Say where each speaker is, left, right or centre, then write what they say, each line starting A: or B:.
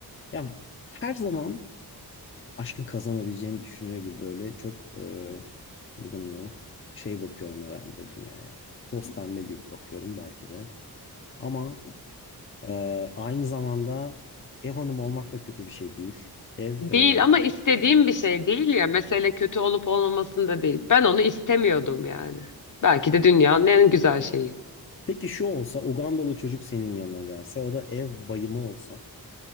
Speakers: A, on the left (about 30°); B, on the left (about 50°).
A: Ya her zaman aşkın kazanabileceğini düşünüyor gibi böyle çok e, neden ona şey bakıyorum herhalde dünyaya. Toz pembe gibi bakıyorum belki de. Ama e, aynı zamanda ev hanımı olmak da kötü bir şey değil. Ev
B: Değil
A: e,
B: ama istediğim bir şey değil ya. Mesele kötü olup olmamasında değil. Ben onu istemiyordum yani. Belki de dünyanın en güzel şeyi.
A: peki şu olsa Ugandalı çocuk senin yanına gelse o da ev bayımı olsa.